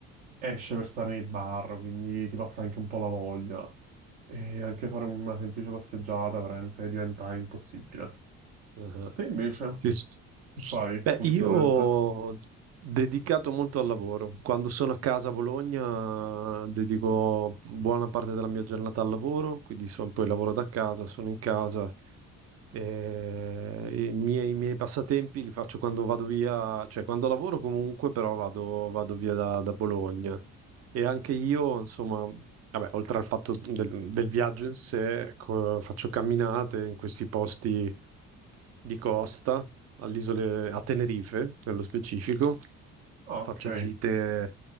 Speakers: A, on the right (about 70°); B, on the right (about 35°).
A: esce per stare nei bar, quindi ti passa anche un po' la voglia. E anche fare una semplice passeggiata veramente diventa impossibile.
B: Ah,
A: Ma te invece,
B: Sì, sì.
A: che fai
B: Beh,
A: ultimamente?
B: io ho dedicato molto al lavoro. Quando sono a casa a Bologna, dedico buona parte della mia giornata al lavoro, quindi son- poi lavoro da casa, sono in casa. eh, i miei, i miei passatempi li faccio quando vado via, cioè quando lavoro comunque, però vado, vado via da, da Bologna. E anche io, insomma, vabbè, oltre al fatto del, del viaggio in sé, ecco, faccio camminate in questi posti di costa, all'isole, a Tenerife nello specifico.
A: Ah,
B: Faccio
A: ok.
B: gite